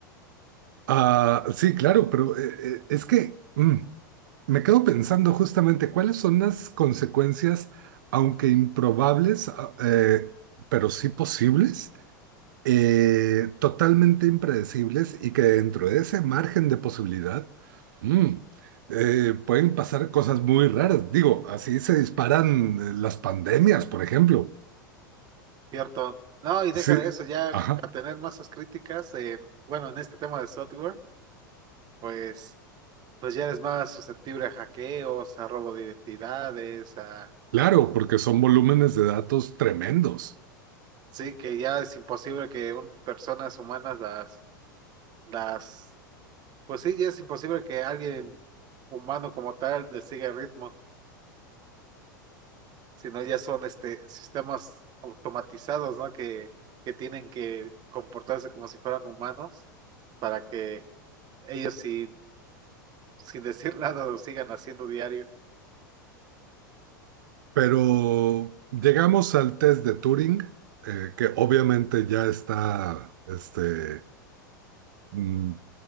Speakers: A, on the right (about 70°); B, on the right (about 40°).
A: Ah, sí, claro, pero eh, eh, es que... mm, Me quedo pensando justamente cuáles son las consecuencias, aunque improbables, a- eh, pero sí posibles, eh, totalmente impredecibles y que dentro de ese margen de posibilidad, mm, eh, pueden pasar cosas muy raras. Digo, así se disparan eh, las pandemias, por ejemplo.
B: Cierto. No, y deja
A: Sí,
B: de eso, ya
A: ajá,
B: a tener masas críticas en, bueno, en este tema de software, pues, pues ya eres más susceptible a hackeos, a robo de identidades, a
A: claro, porque son volúmenes de datos tremendos.
B: sí, que ya es imposible que un, personas humanas las, las, pues sí, ya es imposible que alguien humano como tal le siga el ritmo. sino ya son este sistemas automatizados, ¿no? Que, que tienen que comportarse como si fueran humanos para que ellos sin, sin decir <laughs> nada lo sigan haciendo diario.
A: Pero llegamos al test de Turing, eh, que obviamente ya está este, mm,